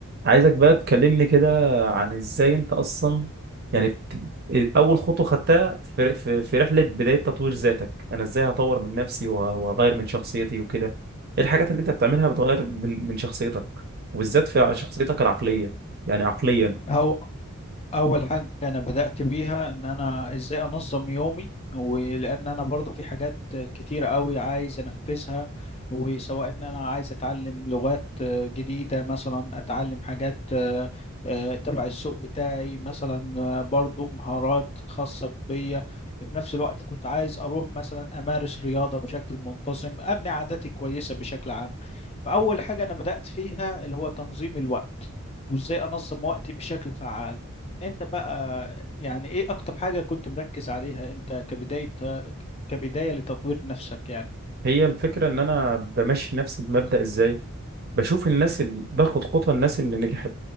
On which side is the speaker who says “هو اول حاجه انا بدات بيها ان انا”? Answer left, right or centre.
Left